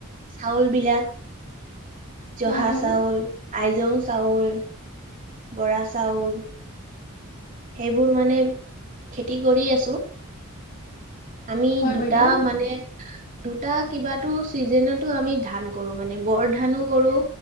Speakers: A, on the right (about 40°); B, on the left (about 40°).
A: চাউল বিলাক জহা
B: হয় হয়
A: চাউল, আইজং চাউল, বৰা চাউল। সেইবোৰ মানে খেতি কৰি আছো। আমি
B: হয়
A: দুটা
B: বাইদেউ।
A: মানে দুটা কিবাতো চিজেনতো আমি ধান কৰো মানে, বৰ ধানো কৰো।